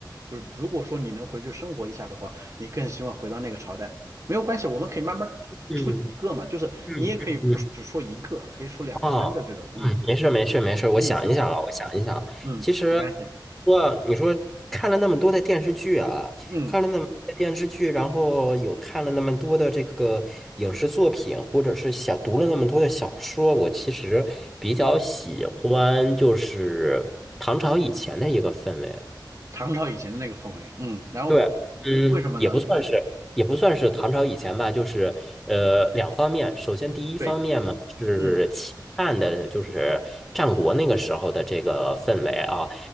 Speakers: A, on the right; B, in the centre.
A: 就是如果说你能回去生活一下的话，你更希望回到那个朝代。没有关系，我们可以慢慢出几个嘛，
B: 嗯
A: 就是你也可以不只说一个，
B: 嗯嗯嗯，
A: 可以说两个、
B: 啊。
A: 三个这种。嗯
B: 嗯，没事儿没事儿没事儿，我想一想啊，
A: 嗯嗯
B: 我想一想啊其实
A: 嗯，没关系。
B: 说你说看了那么多的电视剧啊，
A: 嗯，
B: 看了那么多的电视剧，然后有看了那么多的这个影视作品，或者是想读了那么多的小说，我其实比较喜欢就是唐朝以前的一个氛围。
A: 唐朝以前的那个氛围。嗯，然后
B: 对，嗯，
A: 为什么呢？
B: 也不算是，也不算是唐朝以前吧，就是呃两方面。首先，第一方面嘛是秦汉的，
A: 对，嗯，
B: 就是战国那个时候的这个氛围啊。